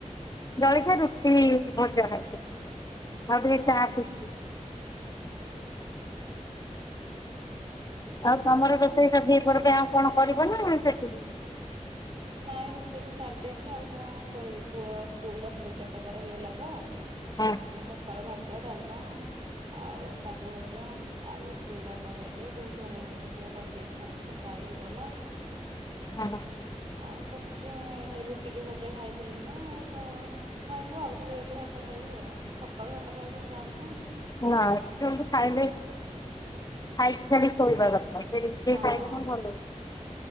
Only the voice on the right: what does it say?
ହଉ।
<inaudible>
ନାଇଁ ରୋଷେଇ ତ ସାରି ଦେଇଛି ଆଉ କଣ କରିବି। ପୁଅ ସ୍କୁଲ ଦଶଟାରୁ ଚାରିଟା ତାର ହେଇଗଲା ତ।
ସେଥିପାଇଁ ସକାଳ ଭାତ ଭାତ ଡାଲମା ଆଉ ଶାଗଭଜା ଆଳୁଝୁଡଙ୍ଗ ଭଜା ସବୁ ଭଜାଭଜି ଘରିକା କରିଦେଇଛି ସେ ଖାଇକିଗଲା ।
ଆଉ ବସିଛି ମୁଁ ହେଇ ରୁଟିିକି ଭଜା ଖାଇଥିଲି ମୁଁ ଆଉ । ହଁ ଖାଇବୁ ଆଉ ଟିକେ ଗଲେ ଭାତ ଖାଇବି ଆଉ ସକାଳୁ ଭାତ ଖାଇବାକୁ ଇଛା ହୋଉନି ନା ।
ହଁ